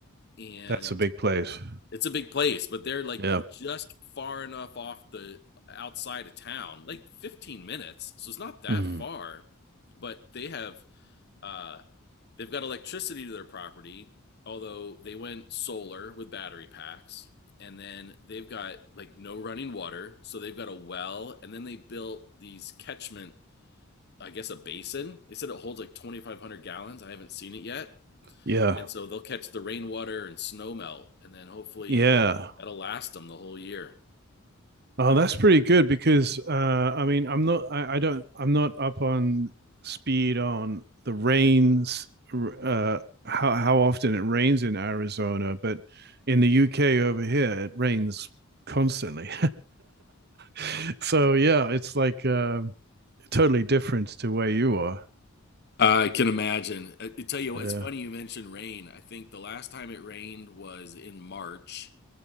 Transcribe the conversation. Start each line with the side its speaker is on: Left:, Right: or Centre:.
Left: and
Right: That's a big place.
Left: it's a big place, but they're like
Right: Yeah.
Left: just far enough off the outside of town, like 15 minutes. So it's not that
Right: Mhm.
Left: far, but they have uh they've got electricity to their property, although they went solar with battery packs. And then they've got like no running water, so they've got a well, and then they built these catchment, I guess a basin. They said it holds like 2500 gallons. I haven't seen it yet,
Right: Yeah.
Left: and so they'll catch the rainwater and snow melt, and then hopefully
Right: Yeah.
Left: that'll last them the whole year.
Right: Oh, that's pretty good because uh I mean I'm not I, I don't I'm not up on speed on the rains r- uh how how often it rains in Arizona, but in the UK over here it rains constantly. <laughs> so yeah, it's like uh totally different to where you are.
Left: I can imagine. I, I tell you what,
Right: Yeah.
Left: it's funny you mentioned rain. I think the last time it rained was in March,